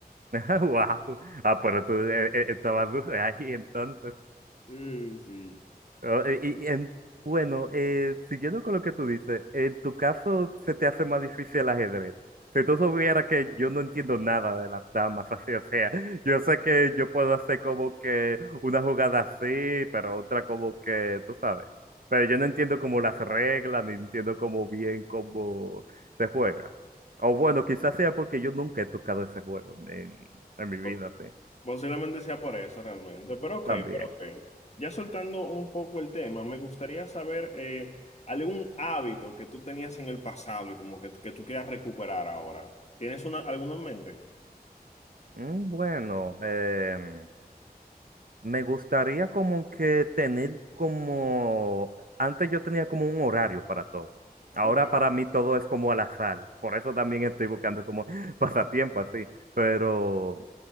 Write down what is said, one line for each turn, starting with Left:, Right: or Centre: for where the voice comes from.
Right: Wow. Ah, pero tú eh, eh, estabas duro ahí entonces.
Left: Mm, sí.
Right: Oh, eh, Y, en- bueno, eh, siguiendo con lo que tú dices, en tu caso se te hace más difícil el ajedrez. Si tú supieras que yo no entiendo nada de las damas, <laughs> así, o sea, yo sé que yo puedo hacer como que una jugada así, pero otra como que, tú sabes. Pero yo no entiendo como las reglas, ni entiendo como bien cómo se juega. O bueno, quizás sea porque yo nunca he tocado ese juego en, en mi vida,
Left: Po-
Right: sí,
Left: Posiblemente sea por eso realmente, pero ok,
Right: también.
Left: pero ok. Ya soltando un poco el tema, me gustaría saber eh, algún hábito que tú tenías en el pasado y como que, que tú quieras recuperar ahora. ¿Tienes una, alguno en mente?
Right: Mm, Bueno, em, Me gustaría como que tener como, antes yo tenía como un horario para todo. Ahora
Left: Ok,
Right: para mí todo es como al azar. Por eso también estoy buscando como <laughs> pasatiempo así. Pero